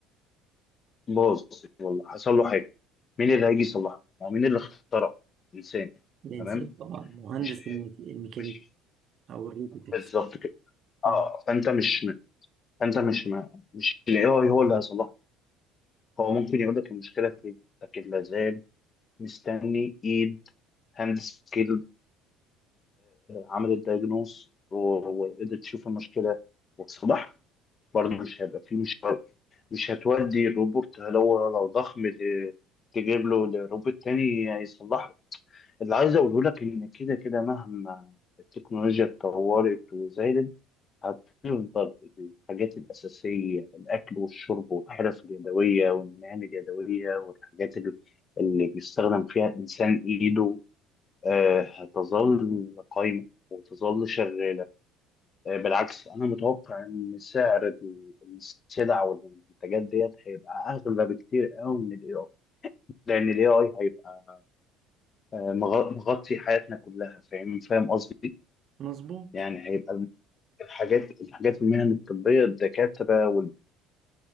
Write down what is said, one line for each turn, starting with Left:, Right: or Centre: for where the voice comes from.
Left: باظ والله حصل له حاجه مين اللي هيجي يصلحه؟ ما هو مين اللي اخترع؟ انسان
Right: الانسان
Left: تمام؟
Right: طبعا مهندس
Left: مش
Right: الميك- الميكانيكي
Left: مش
Right: او الروبوتكس
Left: بالظبط كده اه
Right: آه،
Left: فانت مش فانت مش مش الاي اي هو اللي هيصلحه هو ممكن يقول لك المشكله فين لكن لا زال مستني ايد هاند سكيلد عملت دايجنوس وقدرت تشوف المشكله وتصلحها برضه مش هيبقى فيه مش مش هتودي الروبوت لو لو ضخم ل- تجيب له روبوت تاني يصلحه اللي عايز اقوله لك ان كده كده مهما التكنولوجيا اتطورت وزادت هتفضل الحاجات الأساسية الأكل والشرب والحرف اليدوية والمهن اليدوية والحاجات ال- اللي بيستخدم فيها الإنسان إيده آه، هتظل قايمة وتظل شغالة آه، بالعكس أنا متوقع إن سعر ال- السلع والمنتجات ديت هيبقى أغلى بكتير قوي من ال AI لأن ال AI هيبقى آه، مغ- مغطي حياتنا كلها فاهم فاهم قصدي؟
Right: مظبوط
Left: يعني هيبقى الم- الحاجات الحاجات في المهن الطبية الدكاترة